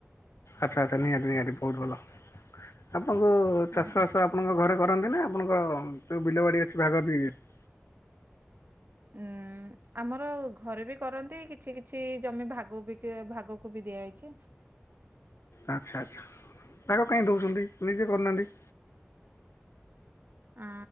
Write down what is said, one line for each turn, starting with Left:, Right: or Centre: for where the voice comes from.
Left: ଆଚ୍ଛା ଆଚ୍ଛା ନିହାତି ନିହାତି ବହୁତ ଭଲ। ଆପଣଙ୍କୁ ଚାଷବାସ
Right: ଆଜ୍ଞା
Left: ଆ ଆପଣଙ୍କ ଘରେ କରନ୍ତି ନା ଆପଣଙ୍କ ବିଲବାଡ଼ି ଅଛି ଭାଗ ଦେଇଦିଅନ୍ତି।
Right: ଉଁ ଉଁ। ଆମର ଘରେ ବି କରନ୍ତି। କିଛି କିଛି ଜମି ଭାଗଵି ଭାଗକୁ ବି ଦିଆଯାଇଛି।
Left: ଆଚ୍ଛା ଆଚ୍ଛା। ତାଙ୍କ କାହିଁ ଦେଉଛନ୍ତି ନିଜେ କରୁନାହାନ୍ତି।
Right: ଆ